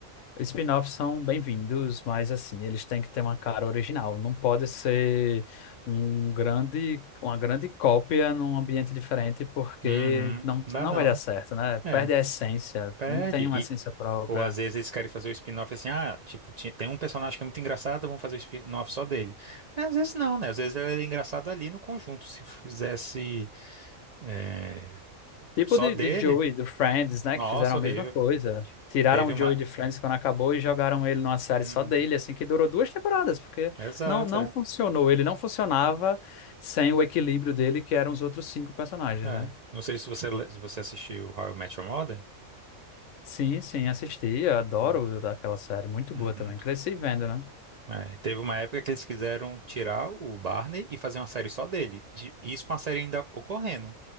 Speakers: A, on the left (about 70°); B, on the right (about 80°).
A: Spin-offs são bem-vindos, mas assim, eles têm que ter uma cara original. Não pode ser um grande, uma grande cópia num ambiente diferente, porque
B: Uhum.
A: não,
B: Dá
A: não
B: não.
A: vai dar certo, né?
B: É,
A: Perde a essência,
B: perde.
A: não tem uma essência própria.
B: Ou às vezes eles querem fazer o spin-off assim, ah, tipo, ti- tem um personagem que é muito engraçado, vamos fazer o spin-off só dele. Mas às vezes não, né? Às vezes ele é engraçado ali no conjunto. Se fizesse é,
A: Tipo
B: só
A: de,
B: dele,
A: de Joey, do Friends, né?
B: nossa,
A: Que fizeram a
B: horrível.
A: mesma coisa. Tiraram
B: Teve
A: o
B: uma.
A: Joey de Friends quando acabou e jogaram ele numa série
B: Uhum.
A: só dele, assim, que durou duas temporadas, porque
B: Exato,
A: não, não
B: é.
A: funcionou. Ele não funcionava sem o equilíbrio dele, que eram os outros cinco personagens,
B: É.
A: né?
B: Não sei se você, le- se você assistiu How I Met Your Mother.
A: Sim, sim, assisti, eu adoro
B: Bom.
A: aquela série, muito boa
B: Uhum.
A: também. Cresci vendo, né?
B: É, e teve uma época que eles quiseram tirar o Barney e fazer uma série só dele. De, isso com a série ainda ocorrendo.